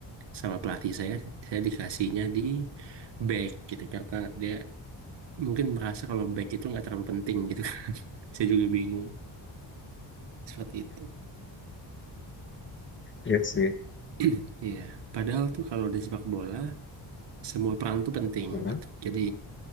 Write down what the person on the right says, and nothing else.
sama pelatih saya saya dikasihnya di back gitu karena dia mungkin merasa kalau back itu nggak terlalu penting gitu kan. <laughs> Saya juga bingung seperti itu.
<clears throat> Iya, padahal tuh kalau di sepak bola semua peran tuh penting
gitu. Jadi